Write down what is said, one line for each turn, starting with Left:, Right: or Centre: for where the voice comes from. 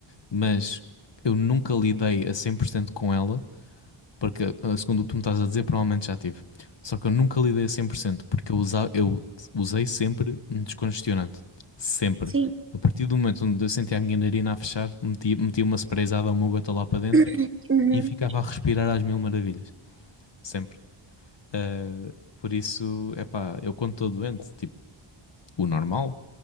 Left: mas eu nunca lidei a 100% com ela, porque ah, segundo o que tu me estás a dizer, provavelmente já tive. Só que eu nunca lidei a 100% porque eu, usa, eu usei sempre um descongestionante. Sempre.
Right: sim. <coughs>
Left: A partir do momento onde eu sentia a minha narina a fechar, metia, metia uma sprayzada ou uma gota lá para dentro
Right: <clears throat> Uhum,
Left: e ficava a respirar às mil maravilhas. Sempre. Ah, por isso, é pá, eu quando estou doente, tipo o normal.